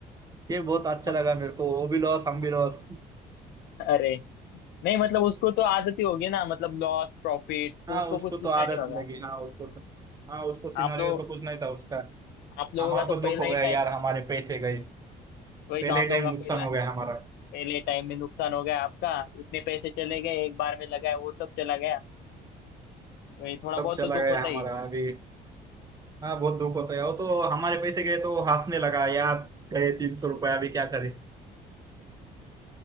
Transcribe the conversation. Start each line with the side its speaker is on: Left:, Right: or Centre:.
Right: ये बहुत अच्छा
Left: मत,
Right: लगा मेरे को वो भी लॉस हम भी लॉस
Left: अरे नहीं मतलब उसको तो आदत ही होगी ना मतलब लॉस प्रॉफिट तो
Right: हाँ
Left: उसको
Right: उसको
Left: कुछ
Right: तो
Left: लिया
Right: आदत
Left: नहीं होगा
Right: लगी हाँ उसको तो हाँ उसको सिनेरियो
Left: आप लोग
Right: तो कुछ नहीं था उसका
Left: आप लोगों
Right: हमारे
Left: का तो
Right: को दुख
Left: पहला
Right: हो
Left: ही
Right: गया
Left: टाइम
Right: यार हमारे पैसे गए
Left: वही
Right: पहले
Left: तो आप लोगों
Right: टाइम
Left: का पहला
Right: नुकसान हो गया हमारा
Left: पहले टाइम में नुकसान हो गया आपका इतने पैसे चले गए एक बार में लगाए वो सब चला गया वही थोड़ा
Right: तब
Left: बहुत
Right: चला
Left: तो दुख
Right: गया
Left: होता
Right: हमारा
Left: ही है
Right: अभी हाँ बहुत दुख होता है वो तो हमारे पैसे गए तो वो हंसने लगा यार गए तीन सौ रुपया अभी क्या करे